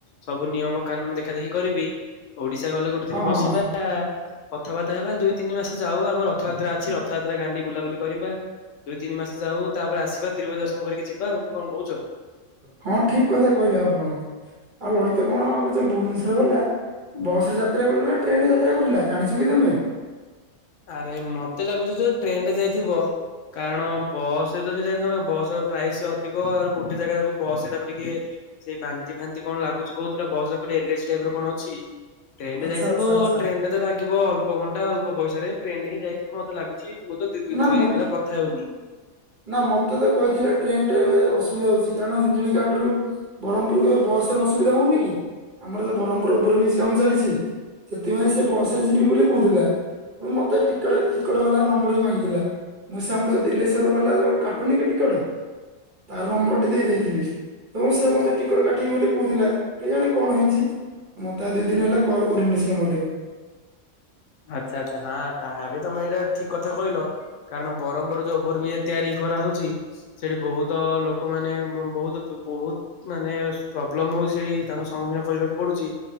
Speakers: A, on the left (about 70°); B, on the right (about 40°).
A: ସବୁ ନିୟମ କାନୁନ ଦେଖା ଦେଖି କରିବି। ଓଡିଶା ଗଲେ ଗୋଟେ ଦିନ
B: ହଁ
A: ବସିବା।
B: ହଁ
A: କଥାବାର୍ତ୍ତା ହେବା ଦୁଇ ତିନି ମାସ ଯାଉ ଆମ ରଥଯାତ୍ରା ଅଛି। ରଥଯାତ୍ରା ଗାଁରେ ଟିକେ ବୁଲାବୁଲି କରିବା। ଦୁଇ ତିନି ମାସ ଯାଉ ତାପରେ ଆସିବା ତିରୁପତି ଦର୍ଶନ କରିକି ଯିବା ଆଉ କଣ କହୁଚ?
B: ହଁ ଠିକ କଥା କହିଲେ ଆପଣ ଆଉ ଲଳିତ କଣ ଏବେ ଯୋଉ ଭୁବନେଶ୍ଵର ଗଲା। ବସ୍ ରେ ଯାତ୍ରା କଲା ନା ଟ୍ରେନ୍ ରେ ଯାତ୍ରା କରିଲା ଜାଣିଛ କି ତୋମେ?
A: ଆରେ ମୋତେ ଲାଗୁଛି ଯୋଉ ଟ୍ରେନ୍ ରେ ଯାଇଥିବ। କାରଣ ବସ୍ ରେ ତ ସେ ଯାଇଥାନ୍ତା। ବସ୍ ର ପ୍ରାଇସ୍ ଅଧିକ ଆଉରି ଗୋଟେ ଜାଗା ତାକୁ ବସ୍ ରେ ତାକୁ ଟିକେ ସେ ବାନ୍ତି ଫାନ୍ତି କଣ ଲାଗୁଛି କହୁଥିଲା ବସ୍ ରେ ଗୋଟେ ଏଲାର୍ଜି ଟାଇପ୍ ର କଣ ଅଛି। ଟ୍ରେନ୍ ରେ
B: ଆଚ୍ଛା
A: ଯାଇଥିବ
B: ଆଚ୍ଛା ଆଚ୍ଛା
A: ଟ୍ରେନ୍ ରେ ତ ଲାଗିବ ଅଳ୍ପ ଘଣ୍ଟା ଅଳ୍ପ ପଇସାରେ ଟ୍ରେନ୍ ରେ ହିଁ ଯାଇଥିବ ମୋତେ ଲାଗୁଛି। ମୁଁ ତ ଦି ଦିନ
B: ନା
A: ଦୁଇ
B: ମୋତ
A: ଦିନ ହେଲା କଥା ହେଉନି।
B: ନା ମୋତେ ତ କହିଥିଲା ଟ୍ରେନ୍ ରେ ଅସୁବିଧା ହଉଛି। କାରଣ ହିଞ୍ଜୁଳି କାଟରୁ ବରହମପୁର ଏବେ ବସ୍ ରେ ଅସୁବିଧା ହଉନି କି? ଆମର ଯୋଉ ବରହମପୁର ଉଭର ବ୍ରିଜ୍ କାମ ଚାଲିଛି। ସେଥିପାଇଁ ସେ ବସ୍ ରେ ଯିବି ବୋଲି କହୁଥିଲା। ଓ ମୋତେ ଟିକେଟ୍ ଟିକଟ୍ ବାଲା ନମ୍ବର୍ ବି ମାଗି ଥିଲା। ମୁଁ ସେ ଆମର ଦିଲେଶ୍ଵର ବାଲା ଯୋଉ କାଟୁନି କି ଟିକେଟ୍। ତାର ନମ୍ବର୍ ଟି ଦେଇ ଦେଇଥିଲି। ଏବଂ ସେ ମୋତେ ଟିକେଟ୍ କାଟିବି ବୋଲି କହୁଥିଲା କେ ଜାଣି କଣ ହେଇଛି। ମୋତେ ଆ, ଦି ଦିନ ହେଲା କଲ୍ କରିନି ସେ ମଧ୍ୟ।
A: ଆଚ୍ଛା ଆଚ୍ଛା ହଁ ତାହାବି ତୋମେ ଏଇଟା ଠିକ୍ କଥା କହିଲ। କାରଣ ବରମପୁର ଯୋଉ ଓଭରବ୍ରିଜ୍ ତିଆରି କରାହଉଚି ସେଠି ବହୁତ ଲୋକ ମାନେ ବ- ବହୁତ ପ-ପହୁତ ମାନେ ସ-ପ୍ରୋବ୍ଲମ ହଉଚି ସେଠି ତାଙ୍କ ସମ୍ମୁଖୀନ କରିବାକୁ ପଡୁଚି।